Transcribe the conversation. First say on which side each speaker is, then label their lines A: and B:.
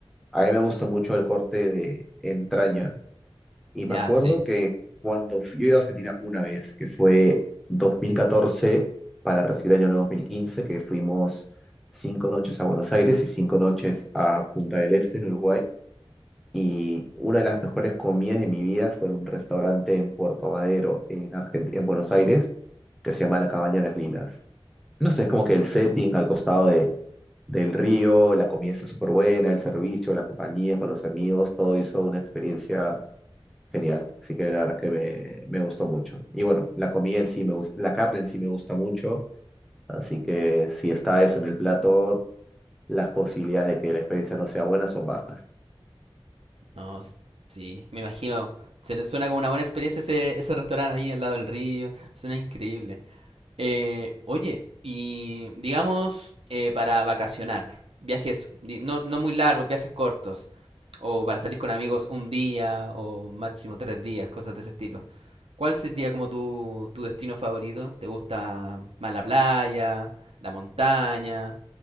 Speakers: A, in the centre; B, on the right.
A: A mí me gusta mucho el corte de entraña. Y
B: Ya,
A: me acuerdo
B: sí.
A: que cuando fui yo he ido a Argentina una vez, que fue 2014 para recibir el año nuevo 2015, que fuimos cinco noches a Buenos Aires y cinco noches a Punta del Este, en Uruguay. Y una de las mejores comidas de mi vida fue en un restaurante en Puerto Madero, en Argentina, en Buenos Aires, que se llama La Cabaña de las Lilas. No sé, es como que el setting al costado de, del río, la comida está súper buena, el servicio, la compañía con los amigos, todo hizo una experiencia Genial, así que la verdad que me, me gustó mucho. Y bueno, la comida en sí me gusta, la carne en sí me gusta mucho, así que si está eso en el plato, las posibilidades de que la experiencia no sea buena son bajas.
B: No, s- sí, me imagino. se nos- Suena como una buena experiencia ese, ese restaurante ahí al lado del río. Suena increíble. Eh, oye, y digamos eh, para vacacionar, viajes di- no, no muy largos, viajes cortos, o para salir con amigos un día o máximo tres días, cosas de ese estilo. ¿Cuál sería como tu, tu destino favorito? ¿Te gusta más la playa, la montaña,